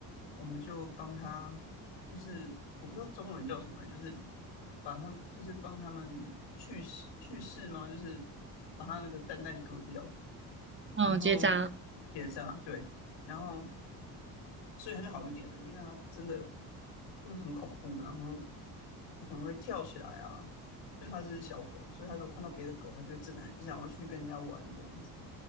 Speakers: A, on the left; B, on the right.
A: 我们就帮他，就是我不知道中文叫什么，就是把它，就是帮他们去世去世吗？就是把它那个蛋蛋割掉。
B: 嗯，
A: 然后
B: 结扎。
A: 结扎，对，然后所以他就好一点了，因为他真的就是很恐怖，然后他可能会跳起来啊，就它是小狗，所以它如果看到别的狗，它就会真的很想要去跟人家玩这样子。